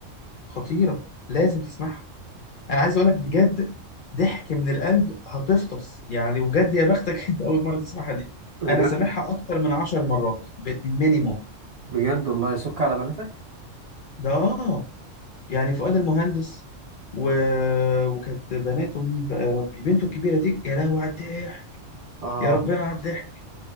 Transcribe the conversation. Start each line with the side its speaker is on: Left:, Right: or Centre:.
Left: خطيره لازم تسمعها انا عايز اقول لك بجد ضحك من القلب هتفطس يعني وجد يا بختك <laughs> انت اول مره تسمعها دي
Right: بجد
Left: انا سامعها اكتر من عشر مرات مينيموم
Right: بجد والله سك على بنفك
Left: ده اه يعني فؤاد المهندس و... وكانت بناته مين بقى يا ربي بنته الكبيره دي يا لهوي على الضحك
Right: اه
Left: يا ربنا على الضحك